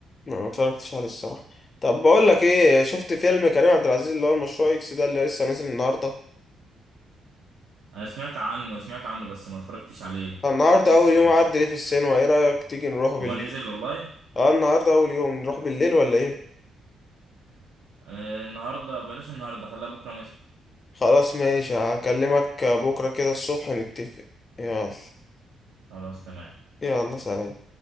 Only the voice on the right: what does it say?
انا سمعت عنه سمعت عنه بس ما اتفرجتش عليه
لسه
هو نزل والله
آه النهارده بلاش النهارده خليها بكره مثلا
خلاص تمام